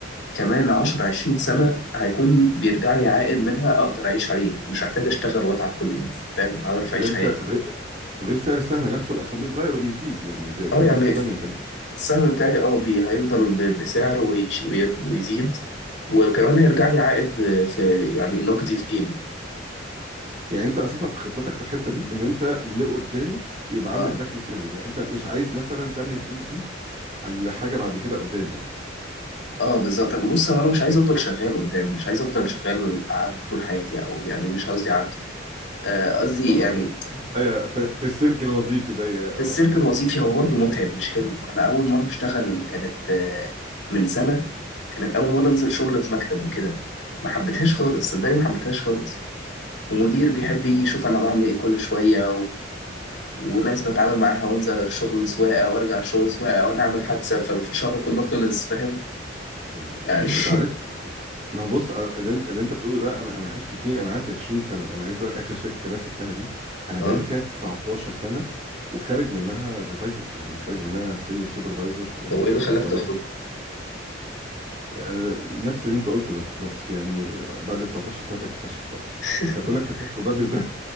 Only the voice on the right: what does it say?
غير سعر
غير غير سعر السهم نفسه اللي اصلا بيتغير وبيزيد يعني ده ده
قصه
تانيه
يعني انت اساسا خطتك في الحته دي ان انت لقدام يبقى
عندك دخل ثابت يعني انت مش عايز مثلا تعمل الفلوس دي على حاجه بعد كده قدام يعني
اه
ايوه في, في السلك الوظيفي ده يا-
اه
شوف- شوف.
انت عارف ما هو بص اه، اللي انت اللي انت بتقوله ده انا انا عشت فيه انا قعدت 20 سنه انا عايز اقول لك اخر شركه اللي أنا سبتها دي انا
بقالي فيها 19 سنه وخارج منها بتايتل يعني خارج منها سينيور سوبرفايزر في
كواليتي
آه، نفس اللي انت قلته ده بس يعني آه، بعد 19 سنه تكتشفه بقى
فكونك تكتشفه بدري ده